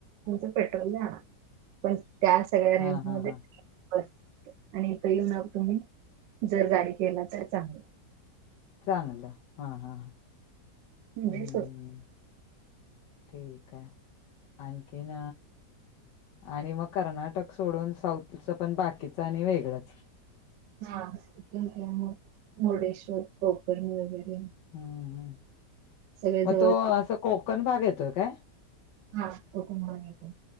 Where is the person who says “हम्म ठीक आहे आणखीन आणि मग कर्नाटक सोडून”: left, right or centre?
Left